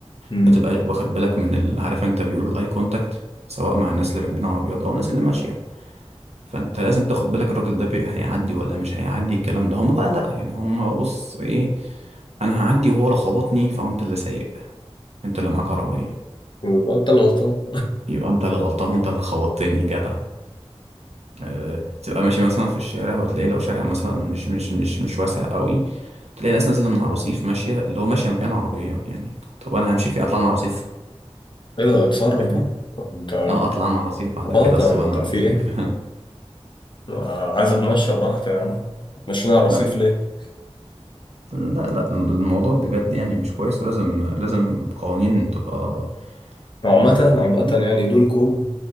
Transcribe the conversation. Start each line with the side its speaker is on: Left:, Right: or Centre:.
Left: امم
Right: بتبقى واخد بالك من ال- عارف انت بيقولوا الاي كونتاكت سواء مع الناس اللي راكبين عربيات او الناس اللي ماشيه فانت لازم تاخد بالك الراجل ده بي- هيعدي ولا مش هيعدي الكلام ده هم بقى لا يعني هم بص ايه انا هعدي وهو لا خبطني فانت اللي سايق انت اللي معاك عربيه
Left: ويبقى انت اللي غلطان
Right: يبقى انت اللي غلطان وانت اللي خبطتني جدع آه، تبقى ماشي مثلا في الشارع وتلاقي لو شارع مثلا مش مش مش مش واسع قوي تلاقي ناس نازله من على الرصيف ماشيه اللي هو ماشيه مكان عربيه يعني طب انا همشي فيه اطلع انا على الرصيف
Left: ايوه اتصرف
Right: مهم.
Left: بقى انت
Right: اه اطلع انا على الرصيف بعد
Left: اه
Right: كده
Left: طب
Right: اسوق
Left: انت
Right: انا على
Left: في
Right: الرصيف
Left: ايه آه، عايز اتمشى براحتي يا عم مشينا
Right: <laughs>
Left: على الرصيف
Right: لا
Left: ليه؟
Right: لا لا الموضوع بجد يعني مش كويس ولازم لازم قوانين تبقى
Left: عامة
Right: انت فاهمني
Left: عامة يعني دولكم